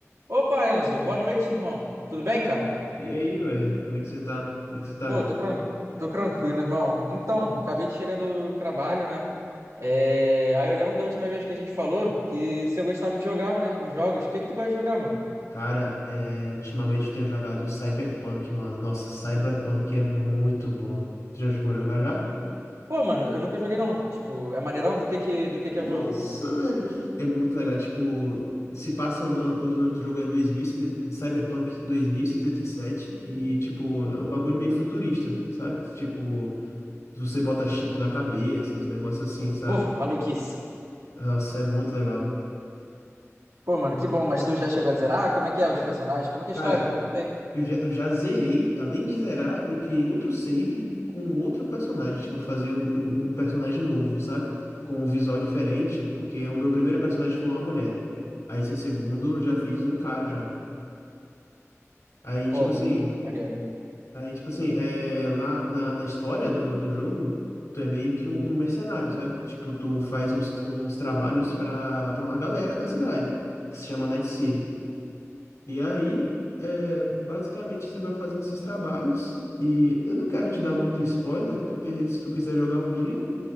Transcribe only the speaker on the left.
E aí, velho? Como é que você tá? Como é que você tá,
João?
Cara, é, ultimamente eu tenho jogado Cyberpunk, mano. Nossa, Cyberpunk é muito bom. Você já jogou a jogar já?
Nossa,
velho. É muito legal. Tipo, se passa no ano, o nome do jogo é 2000, e sete- Cyberpunk 2077. E, setenta e sete. E, tipo, é um bagulho meio futurista, sabe? Tipo, você bota chip na cabeça, os negócios assim, sabe?
Nossa, é muito legal.
Cara,
Eu já, eu já zerei, além de zerar, eu criei outro save com outro personagem, tipo, fazer um, um- um personagem novo, sabe? Com um visual diferente, porque o meu primeiro personagem foi uma mulher. Aí esse segundo eu já fiz um cara já. Aí,
tipo assim,
aí, tipo assim, é, lá na, na história do, do jogo, tu é meio que um, um mercenário, sabe? Tipo, tu faz uns, uns trabalhos pra, pra uma galera da cidade, que se chama Night City. E aí, é, basicamente, você vai fazendo esses trabalhos. E eu não quero te dar muito spoiler, porque se tu quiser jogar um dia,